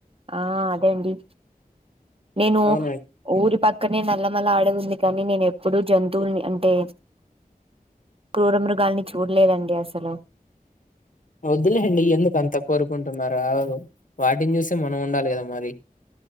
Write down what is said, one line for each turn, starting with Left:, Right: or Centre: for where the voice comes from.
Right: ఆ అదే అండి నేను
Left: అవునండి
Right: ఊరి పక్కనే నల్లమల్ల అడవి ఉంది కానీ నేను ఎప్పుడూ జంతువుల్ని అంటే క్రూరమృగాల్ని చూడలేదండి అసలు
Left: వద్దులే అండి ఎందుకు అంత కోరుకుంటున్నారు ఆవులు వాటిని చూస్తే మనం ఉండాలి గదా మరి